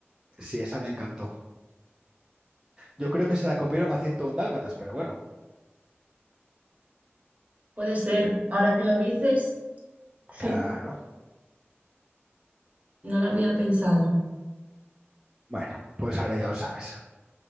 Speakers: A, on the right (about 15°); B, on the right (about 30°).
A: Sí, esa me encantó. Yo creo que se la copiaron a 101 Dálmatas, pero bueno,
B: Puede ser, ahora que lo dices, sí,
A: claro.
B: no lo había pensado.
A: Bueno, pues ahora ya lo sabes.